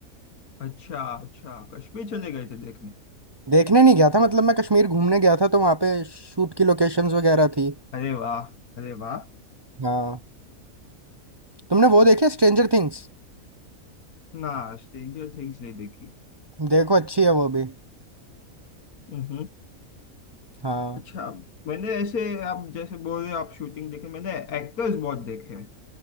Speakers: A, on the left (about 80°); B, on the right (about 35°).
A: अच्छा अच्छा कश्मीर चले गए थे देखने
B: देखने नहीं गया था मतलब मैं कश्मीर घूमने गया था तो वहाँ पे शूट की लोकेशंस वगैरह थी
A: अरे वाह अरे वाह
B: हाँ तुमने वो देखी स्ट्रेंजर थिंग्स
A: ना स्ट्रेंजर थिंग्स नहीं देखी
B: देखो अच्छी है वो भी
A: हम्म
B: हाँ
A: अच्छा मैंने ऐसे आप जैसे बोल रहे हो आप शूटिंग देखे मैंने एक्टर्स बहुत देखे हैं